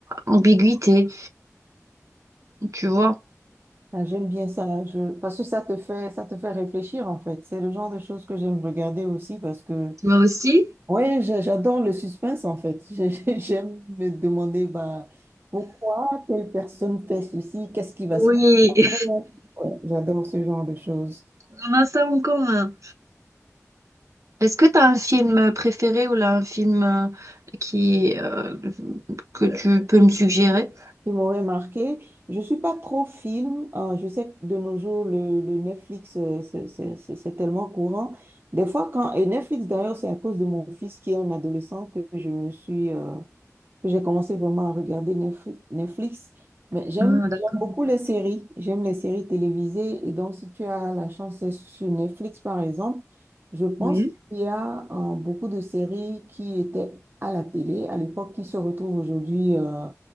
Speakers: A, on the right (about 70°); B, on the right (about 45°).
A: ambiguïté, tu vois.
B: Ah, j'aime bien ça, je... parce que ça te fait, ça te fait réfléchir en fait. C'est le genre de choses que j'aime regarder aussi parce que,
A: Moi aussi?
B: ouais, j'a- j'adore le suspense en fait. <laughs> J'ai- j'ai- J'aime me demander bah, pourquoi telle personne fait ceci, qu'est-ce qui va
A: Oui,
B: se passer. Ouais, j'adore ce genre de choses.
A: <laughs> on a ça en commun. Est-ce que tu as un film préféré ou là, un film euh, qui, euh, que tu peux me suggérer?
B: Qui m'aurait marqué, je suis pas trop film. hein, je sais que de nos jours, le, le Netflix, euh, c'est c'est- c'est- c'est tellement courant. Des fois, quand, et Netflix d'ailleurs, c'est à cause de mon fils qui est un adolescent que je me suis. euh, que j'ai commencé vraiment à regarder Netfli- Netflix. Mais j'aime
A: Ah, d'accord.
B: j'aime beaucoup les séries. J'aime les séries télévisées. Et donc, si tu as la chance d'être sur Netflix, par exemple, je pense
A: Oui,
B: qu'il y a euh, beaucoup de séries qui étaient à la télé à l'époque qui se retrouvent aujourd'hui. euh,